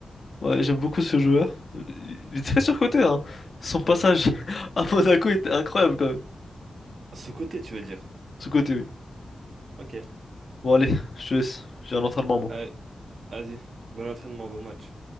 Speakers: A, on the left; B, on the right.
A: Ouais, j'aime beaucoup ce joueur. Il est très surcoté, hein. Son passage <laughs> à Monaco était incroyable quand même.
B: Ce côté, tu veux dire.
A: Sous-coté, oui.
B: Ok.
A: Bon, allez, je te laisse. J'ai un entraînement, moi.
B: Allez, vas-y. Bon entraînement, bon match.